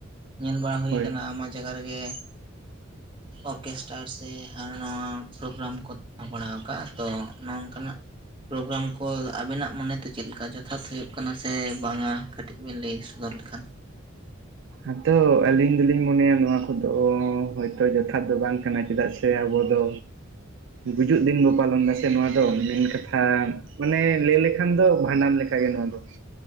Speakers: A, on the right (about 25°); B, on the right (about 65°).
A: ᱧᱮᱞ ᱵᱟᱲᱟ ᱦᱩᱭ
B: ᱦᱳᱭ
A: ᱟᱠᱟᱱᱟ ᱟᱭᱢᱟ ᱡᱟᱭᱜᱟ ᱨᱮᱜᱮ ᱚᱨᱠᱮᱥᱴᱟᱨ ᱥᱮ ᱦᱟᱱᱟ ᱱᱟᱣᱟ ᱯᱨᱳᱜᱨᱟᱢ ᱠᱚ ᱫᱚᱦᱚ ᱵᱟᱲ ᱠᱟᱜ-ᱟ ᱛᱚ ᱱᱚᱝᱠᱟᱱᱟᱜ ᱯᱨᱳᱜᱨᱟᱢ ᱠᱚ ᱟᱵᱮᱱᱟᱜ ᱢᱚᱱᱮᱛᱮ ᱪᱮᱫ ᱞᱮᱠᱟ ᱡᱚᱛᱷᱟᱛ ᱦᱩᱭᱩᱜ ᱠᱟᱱᱟ ᱥᱮ ᱵᱟᱝᱟ? ᱠᱟᱹᱴᱤᱡ ᱵᱤᱱ ᱞᱟᱹᱭ ᱥᱚᱫᱚᱨ ᱞᱮᱠᱷᱟᱱ
B: ᱟᱫᱚ ᱟᱹᱞᱤᱧ ᱫᱚᱞᱤᱧ ᱢᱚᱱᱮᱭᱟ ᱱᱚᱣᱟ ᱠᱚᱫᱚ ᱦᱚᱭᱛᱚ ᱡᱚᱛᱷᱟᱛ ᱫᱚ ᱵᱟᱝ ᱠᱟᱱᱟ ᱪᱮᱫᱟᱜ ᱥᱮ ᱥᱮ ᱟᱵᱚ ᱫᱚ ᱜᱩᱡᱩᱜ ᱫᱤᱱ ᱵᱚᱱ ᱯᱟᱞᱚᱱ ᱮᱫᱟ ᱥᱮ ᱱᱚᱣᱟ ᱫᱚ ᱢᱮᱱ ᱠᱟᱛᱷᱟ᱾ ᱢᱟᱱᱮ ᱞᱟᱹᱭ ᱞᱮᱠᱷᱟᱱ ᱫᱚ ᱵᱷᱟᱸᱰᱟᱱ ᱞᱮᱠᱟᱜᱮ ᱱᱚᱣᱟ ᱫᱚ᱾